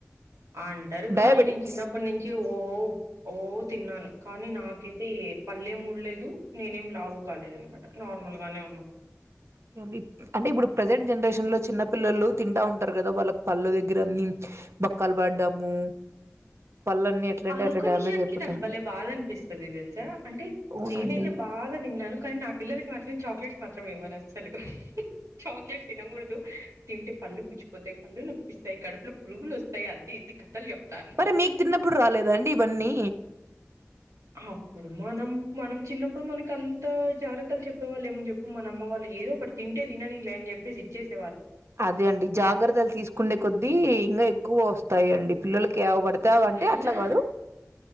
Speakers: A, on the right (about 80°); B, on the right (about 55°).
A: అంటారు కానీ
B: డయాబెటిక్స్
A: నేను చిన్నప్పట్నుంచి ఓ ఓ తిన్నాను కానీ నాకైతే ఏ పళ్లేమి ఊడలేదు నేనేమి లావు కాలేదన్నమాట నార్మల్ నార్మల్ గానే ఉన్నా
B: <inaudible> ఓకే అండి అంటే ఇప్పుడు ప్రెజెంట్ జనరేషన్ లో చిన్న పిల్లలు తింటా ఉంటారు కదా వాళ్ళకి పళ్ళు దగ్గర అన్ని బొక్కల్ పడ్డము పళ్ళన్నీ ఎట్లా అంటే
A: అదొక్క
B: అట్లా డ్యామేజ్
A: విషయానికి
B: అయిపోతా
A: నాకు
B: ఉంటాయి
A: భలే బాధ అనిపిస్తది తెల్సా అంటే
B: అవునండి
A: నేనైతే బాగా తిన్నాను కానీ నా పిల్లలకి మాత్రమే చాక్లెట్స్ మాత్రం ఇవ్వను అస్సలు చాక్లెట్ తిన్ తినకూడుదు తింటే పళ్ళు పుచ్చిపోతాయి పళ్ళు నొప్పిస్తాయి కడుపులో పురుగులోస్తాయి అద్ది ఇద్ది కథలు చెప్తా అనమాట.
B: మరి మీకు తిన్నప్పుడు రాలేదా అండి ఇవన్నీ
A: అప్పుడు మనం మనం చిన్నప్పుడు మనకంత జాగ్రత్తలు చెప్పే వాళ్ళెవాళ్ళు చెప్పు మన అమ్మ వాళ్ళు ఏదో ఒకటి తింటే తినని లే అని చేప్పెసి ఇచ్చెసి
B: అదే అండి జాగ్రత్తలు తీసుకుండే కొద్దీ ఇంగ ఎక్కువ వస్తాయండి పిల్లలకి యావి పడితే యావి అంటే
A: అలా
B: అట్ల కాదు